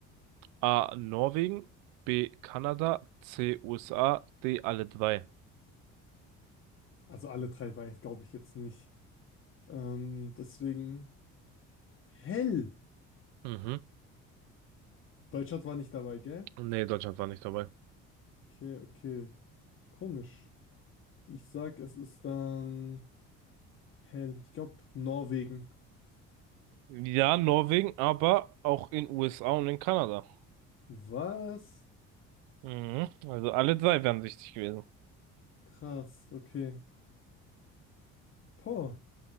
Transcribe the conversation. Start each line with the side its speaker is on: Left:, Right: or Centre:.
Right: A. Norwegen, B. Kanada, C. USA, D. alle drei.
Left: Also alle drei weiß, glaube ich jetzt nicht. Ähm, deswegen, hell.
Right: Mhm.
Left: Deutschland war nicht dabei, gell?
Right: Nee, Deutschland war nicht dabei.
Left: Okay, okay. Komisch. Ich sag, es ist dann hell. Ich glaube, Norwegen.
Right: Ja, Norwegen, aber auch in USA und in Kanada.
Left: Was?
Right: Mhm. Also alle drei wären richtig gewesen.
Left: Krass, okay. Boah.